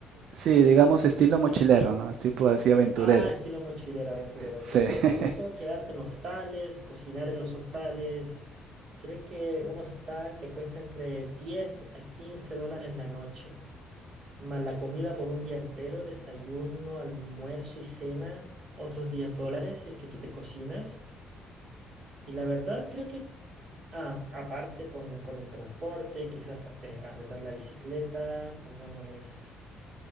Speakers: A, on the right (about 70°); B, on the right (about 50°).
A: sí, digamos estilo mochilero, ¿no? Es Tipo así aventurero.
B: Ah, estilo mochilero aventurero.
A: Sí.
B: Ok, te recomiendo
A: <laughs>
B: quedarte en hostales, cocinar en los hostales. Creo que un hostal te cuesta entre 10 a 15 dólares la noche. Más la comida por un día entero, desayuno, almuerzo y cena, otros 10 dólares si es que tú te cocinas. Y la verdad creo que, ah, aparte con, con el transporte, quizás eh, arrendar la bicicleta, pongámosles